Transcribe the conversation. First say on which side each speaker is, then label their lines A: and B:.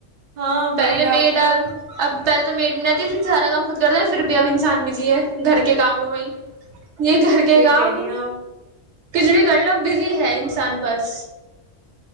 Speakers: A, on the right (about 50°); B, on the right (about 65°).
A: ہاں میڈ
B: پہلے میر
A: آتی
B: ڈ
A: اور
B: اب پہل تو میری بھی نہیں سارا کام خود کرتا ہے پھر بھی اب انسان بھیجی ہے گھر کے کاموں میں یہ گھر کے
A: صحیح
B: کام
A: کہہ رہی ہیں آپ
B: کجلی کر لو بزی ہے انسان بس